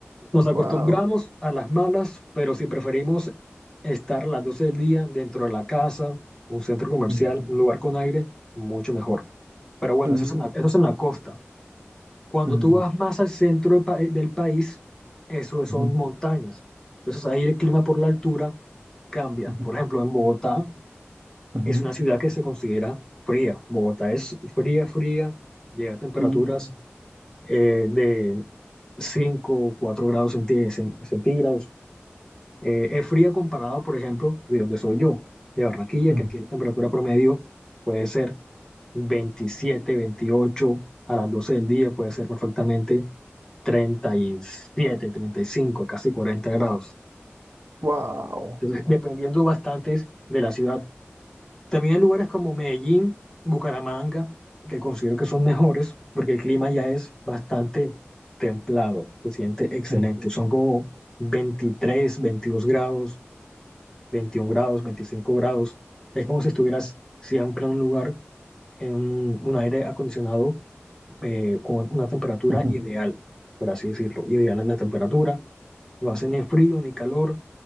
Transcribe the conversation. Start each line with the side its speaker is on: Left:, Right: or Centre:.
Left: Nos acostumbramos
Right: wow.
Left: a las malas, pero si preferimos estar a las 12 del día dentro de la casa, un centro comercial,
Right: Mm,
Left: un lugar con aire, mucho mejor. Pero bueno,
Right: mm,
Left: eso es en la, eso es en la costa. Cuando
Right: mm,
Left: tú vas más al centro de pa- eh, del país, eso son
Right: ujú,
Left: montañas. Entonces ahí el clima por la altura cambia.
Right: ujú,
Left: Por ejemplo, en Bogotá
Right: ujú,
Left: es una ciudad que se considera fría. Bogotá es fría, fría, llega a temperaturas
Right: mm,
Left: eh, de 5, o 4 grados centí- cen- centígrados. Eh, es fría comparado, por ejemplo, de donde soy yo, de Barranquilla,
Right: mm,
Left: que aquí la temperatura promedio puede ser 27, 28 a las 12 del día puede ser perfectamente treinta treinta y siete, treinta y cinco, casi 40 grados.
Right: Wow.
Left: Entonces, dependiendo bastante de la ciudad. También hay lugares como Medellín, Bucaramanga, que considero que son mejores porque el clima ya es bastante templado, se siente excelente.
Right: Mm,
Left: Son como 23, 22 grados, 21 grados, 25 grados. Es como si estuvieras siempre en un lugar, en un aire acondicionado eh, con una temperatura
Right: ujú.
Left: ideal, por así decirlo. Ideal en la temperatura, no hace ni frío ni calor,